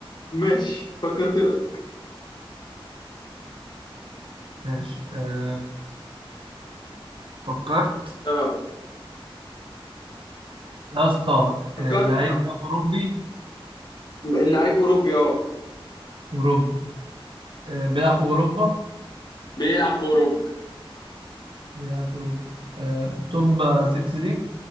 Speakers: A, on the left; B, on the right.
A: ماشي فكرت لك
B: ماشي آه. فكرت
A: اه
B: يا اسطى
A: فكرت
B: آه، اللعيب ده اوروبي
A: اللعيب اوروبي اه
B: اوروبي آه. بيلعب في اوروبا
A: بيلعب في اوروبا
B: بيلعب في اوروبا آه. توب 6 ليج